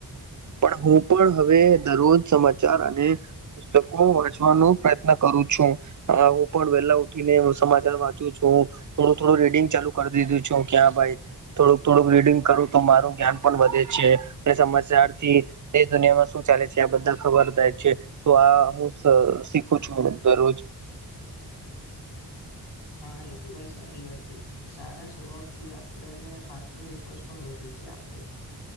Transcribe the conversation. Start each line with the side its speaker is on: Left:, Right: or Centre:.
Right: પણ હું પણ હવે દરરોજ સમાચાર અને પુસ્તકો વાંચવાનો પ્રયત્ન કરું છું. હા હું પણ વેલા ઉઠી ને, હ સમાચાર વાંચું છું. થોડું થોડું રીડિંગ ચાલુ કરી દીધું છું ક્યાં ભાઈ થોડુંક થોડુંક રીડિંગ કરું તો મારું જ્ઞાન પણ વધે છે. એ સમમાચારથી દેશ દુનિયામાં શું ચાલે છે આ બધા ખબર થાય છે. તો આ હું શીખું છું દરરોજ.
Left: હા એ તો ભાઈ સારી વાત છે. સારા સ્વભાવ થી આપણેને આત્મવિશ્વાસ પણ વધે છે આપડે.